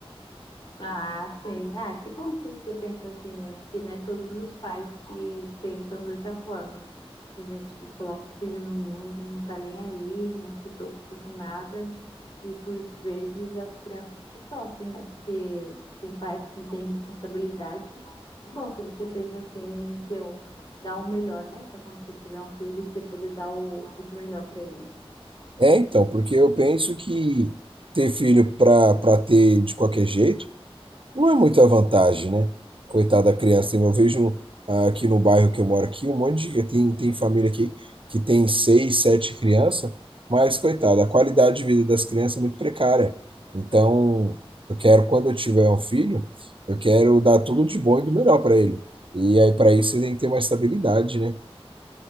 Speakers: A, on the left; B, on the right.
A: Ah, sim. Ah, que bom que você pensa assim, né? Porque não é todos os pais que pensam dessa forma. Tem gente que coloca filho no mundo, não tá nem aí, não se preocupa com nada. E por vezes as crianças que sofrem, né? Porque tem pais que não têm responsabilidade. Bom, é que você pensa assim, então, dar o melhor, né? Para quando você tiver um filho, você poder dar o, o de melhor para ele.
B: É, então, porque eu penso que ter filho para para ter de qualquer jeito não é muita vantagem, né? Coitada da criança. Eu vejo ah, aqui no bairro que eu moro aqui, um monte de tem, tem família aqui que tem seis, sete crianças, mas coitada, a qualidade de vida das crianças é muito precária. Então, eu quero, quando eu tiver um filho, eu quero dar tudo de bom e do melhor para ele. E aí, para isso, você tem que ter uma estabilidade, né?